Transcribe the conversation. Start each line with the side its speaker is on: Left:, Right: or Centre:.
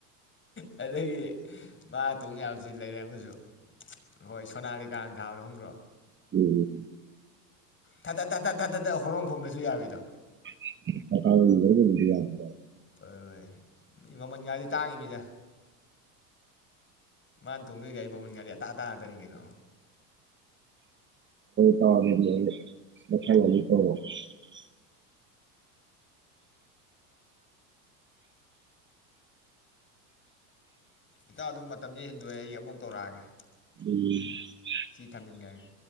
Left: ꯑꯗꯒꯤ ꯃꯥ ꯇꯣꯡ ꯌꯥꯕꯁꯤ ꯂꯩꯔꯦ ꯑꯃꯁꯨ ꯍꯣꯏ ꯁꯣꯅꯥꯂꯤ꯫ ꯀꯥꯡ ꯊꯥꯕꯗꯣ ꯈꯪꯗ꯭ꯔꯣ꯫
Right: ꯎꯝ ꯎꯝ꯫
Left: ꯊꯥ ꯊꯠ ꯊꯥ ꯊꯠ ꯊꯥꯊꯠ ꯇꯥ ꯍꯣꯔꯣꯟ ꯈꯣꯡꯗ꯭ꯔꯁꯨ ꯌꯥꯕꯤꯗꯣ꯫
Right: <unintelligible>
Left: ꯍꯣꯏ ꯍꯣꯏ ꯃꯤ ꯃꯃꯜꯒꯗꯤ ꯇꯥꯡꯉꯤꯝꯅꯤꯗ꯫ ꯃꯥꯅ ꯇꯣꯡꯗꯣꯏ ꯒꯥꯥꯔꯤ ꯃꯃꯟꯒꯗꯤ ꯑꯇꯥꯡ ꯑꯇꯥꯡ꯫ ꯀꯩꯒꯤꯅꯣ꯫
Right: <unintelligible>
Left: ꯏꯇꯥ ꯑꯗꯨꯝ ꯃꯇꯝꯗꯤ ꯍꯦꯟꯗꯣꯛꯑꯦ ꯑꯩ ꯑꯃꯨꯛ ꯀꯧꯔꯛꯑꯒꯦ
Right: ꯎꯝ
Left: ꯁꯤ ꯊꯝꯖꯤꯟꯒ꯭ꯔꯒꯦ꯫